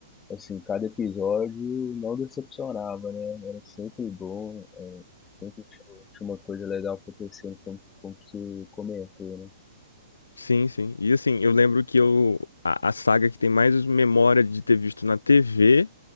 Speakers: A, on the left (about 15°); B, on the left (about 75°).
A: assim, cada episódio não decepcionava, né? Era sempre bom, eh, sempre tinha, tinha uma coisa legal acontecendo, como, como você comentou, né?
B: Sim, sim. E assim, eu lembro que eu, a, a saga que tem mais memória de ter visto na TV